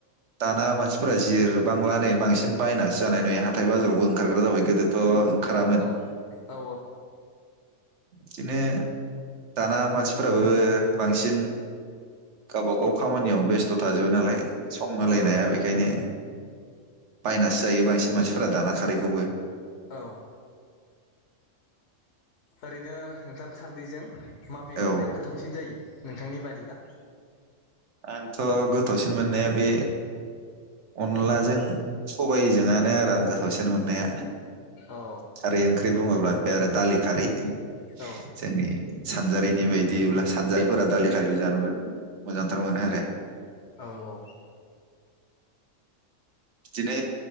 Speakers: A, on the right; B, on the left.
A: दाना मानसिफोरा जिरबांला नै बांसिन बायनासो जानाय नुयो हाथाय बाजाराव ओंखारग्रा जाबाय गोदोथ' ओंखारामोन।
B: औ औ
A: बिदिनो दाना मानसिफोराबो बांसिन गावबागाव खामानियाव बेस्थ' थाजोबो नालाय सम होलायनाया
B: औ
A: बेखायनो बायनासो जायो बांसिन मानसिफोरा दाना खारैखौबो
B: औ ओरैनो नोंथां खारदैजों माबे
A: औ
B: ओंख्रिया गोथावसिन जायो नोंथांनि बादिब्ला
A: आंथ' गोथावसिन मोननाया बे अनलाजों, सबायजोंआनो आरो आं गोथावसिन मोननाया
B: औ
A: खारै ओंख्रि बुङोब्ला बे आरो दालि खारै
B: औ
A: जोंनि सानजारिनि बायदिब्ला सानजारिफोरा दालि खारै जानो मोजां थार मोनो आरो
B: औ -औ
A: बिदिनो